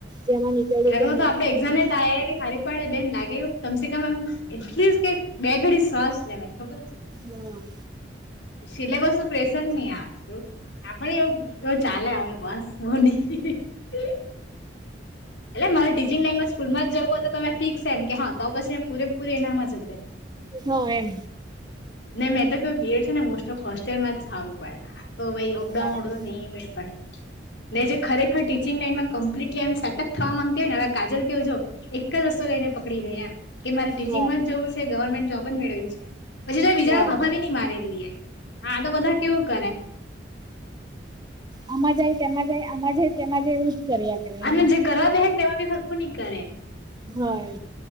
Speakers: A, on the right (about 25°); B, on the left (about 70°).
A: જેમાં નીકળ્યું
B: એટલા
A: તેમાં
B: તો આપડે એક્ઝામ તારી હારી પડે બેન લાગે એવું કમસે કમ આમ એટલી. બે ઘડી શ્વાસ લેવાય ખબર.
A: બરાબર.
B: સિલેબસ નું પ્રેશર નહી આવે એવુ આપવ ચાલે હવે ની હ એટલે મારે ટીચિંગ લાઈનમાં સ્કૂલમાં જવું હોય તો તમે ફીક છે એમ કે હા તો પછી પૂરેપૂરી એનામાં જ હત.
A: હા એમ
B: ન મેં તો ક બીડ છે ને મોસ્ટ ઓફ હોસ્ટેલમાં જ સારું પડે. તો ભઈ અપડા
A: હા
B: ઓડું નહી બે પાડે ને જે ખરેખર ટીચિંગ લાઈનમાં કમ્પ્લીટલી એમ સટક. થવા માંગતી હોય ને હવે કાજલ કેવું જો એક જ રસ્તુ લઈને પકડી રે એમ કે મારે ટીચિંગમાં
A: હા
B: જવું છે. ગવર્મેન્ટ જોબ જ મેળવી છે. પછી જો બીજા
A: હા
B: ફાફા ની મારેલી એ. હા, તો બધા કેવું કરે
A: આમાં જાય તેમાં જાય આમાં જાય તેમાં જાય એવું કર્યા કરે
B: અને
A: એમ
B: જે કરવા બેેહે ને તેમાં બી હરખું નહી કરે.
A: હોય